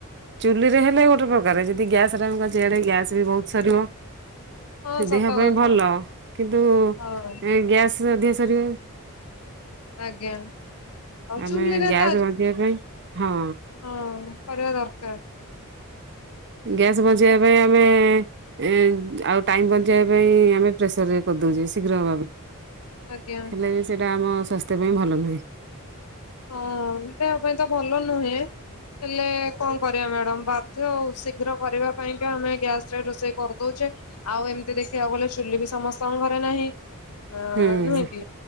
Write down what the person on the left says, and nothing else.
ହଁ ସତ
କଥା
ହଁ
ଆଜ୍ଞା। ଆଉ
ଚୁଲିରେ
ତ
ହ କରିବା ଦରକାର।
ଆଜ୍ଞା।
ହଁ ଦେହ ପାଇଁ ତ ଭଲ ନୁହେଁ ହେଲେ କଣ କରିବା ମ୍ୟାଡମ ବାଧ୍ୟ ଆଉ ଶୀଘ୍ର କରିବା ପାଇଁକା ଆମେ ଗ୍ୟାସରେ ରୋଷେଇ କରିଦଉଛୁ। ଏ ଆଉ ଏମିତି ଦେଖିବାକୁ ଗଲେ ଚୁଲି ବି ସମସ୍ତଙ୍କ ଘରେ ନାହିଁ। ଅ
ନୁହେଁ କି